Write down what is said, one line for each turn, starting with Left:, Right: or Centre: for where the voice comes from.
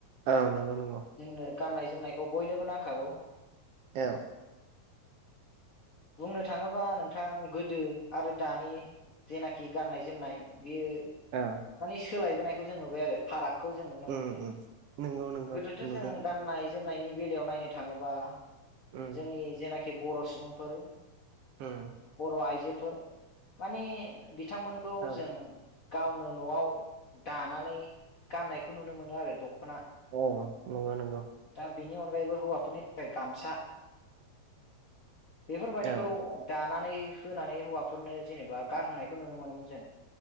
Right: औ नंगौ नंगौ।
Left: जोंनो गाननाय जोमनायखौ बयनोबो नांखागौ।
Right: औ।
Left: बुंनो थाङोबा नोंथां गोदो आरो दानि जेनाखि गाननाय जोमनाय बियो
Right: औ
Left: माने सोलायबोनायखौ जों नुबाय आरो फाराग खौ जों नुनो
Right: उम
Left: मोनो
Right: उम नंगौ नंगौ
Left: गोदोथ'
Right: नुदों
Left: जों गाननाय जोमनायनि बेलायाव नायनो थाङोबा
Right: उम
Left: जोंनि जेनाखि बर' सुबुंफोर
Right: उम
Left: बर' आइजोफोर माने बिथांमोनखौ
Right: औ
Left: जों गावनो न'आव दानानै गाननायखौ नुनो मोनो आरो द खना
Right: औ नंगौ नंगौ
Left: दा बेनि अनगायैबो हौफोरनि गामसाबेफोर बादिखौ
Right: औ
Left: गा नानै होनानै हौवाफोरनो जेनेबा गान होनायखौ नुनो मोनोमोन जों।